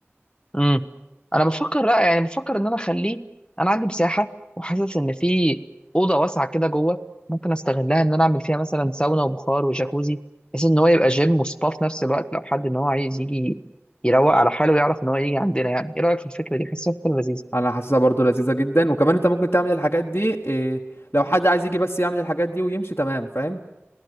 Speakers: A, on the left (about 20°); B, on the left (about 45°).
A: امم انا بفكر لا يعني بفكر ان انا اخليه انا عندي مساحه وحاسس ان في اوضه واسعه كده جوه ممكن استغلها ان انا اعمل فيها مثلا ساونا وبخار وجاكوزي بحيث ان هو يبقى جيم وسبا في نفس الوقت لو حد ان هو عايز يجي يروق على حاله يعرف ان هو يجي عندنا يعني ايه رايك في الفكره دي حاسسها فكره لذيذه
B: انا حاسسها برضو لذيذة جدا وكمان انت ممكن تعمل الحاجات دي إيه لو حد عايز يجي بس يعمل الحاجات دي ويمشي تمام فاهم